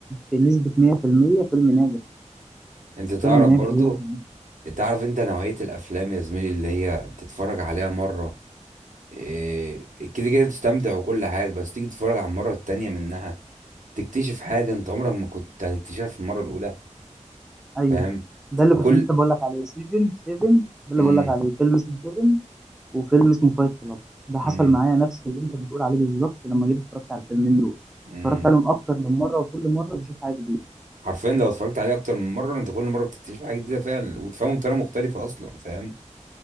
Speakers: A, in the centre; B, on the right.
A: بنسبة 100% فيلم ناجح
B: انت تعرف
A: فيلم ناجح
B: برضو
A: جدا
B: تعرف انت نوعية الافلام يا زميلي اللي هي تتفرج عليها مرة إيه، كده كده تستمتع وكل حاجة بس تيجي تتفرج على المرة التانية منها تكتشف حاجة انت عمرك ما كنت هتكتشفها في المرة الاولى
A: أيوه
B: فاهم
A: ده اللي
B: وكل
A: كنت لسه بقول لك عليه 7 7 ده اللي
B: مم.
A: بقول لك عليه فيلم اسمه 7 وفيلم اسمه فايت كلاب ده حصل
B: مم.
A: معايا نفس اللي انت بتقول عليه بالظبط لما جيت اتفرجت على الفيلمين دول
B: مم.
A: اتفرجت عليهم اكتر من مره وكل مره بشوف حاجه جديده
B: حرفيا لو اتفرجت عليه اكتر من مره انت كل مره بتكتشف حاجه جديده فعلا وتفهمه بطريقه مختلفه اصلا فاهم